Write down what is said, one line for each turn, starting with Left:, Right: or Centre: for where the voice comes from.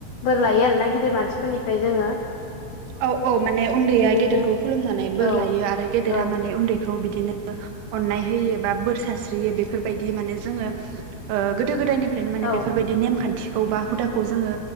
Left: बोर लायो आरो ना गिदिर मानसिफोरनिफ्राय जोङो।
Right: औ औ माने उन्दैया
Left: बिदिनो
Right: गेदेरखौ खुलुमनानै बोर
Left: औ
Right: लायो आरो गेदेरा
Left: औ
Right: माने उन्दैखौ बिदिनो। अननाय होयो बा बोर सस्रियो बेफोरबायदि माने जोङो गोदो गोदायनिफ्राय। ओमफ्रायनो माने
Left: औ
Right: बेफोरबायदि नेमखान्थिखौ बा हुदाखौ जोङो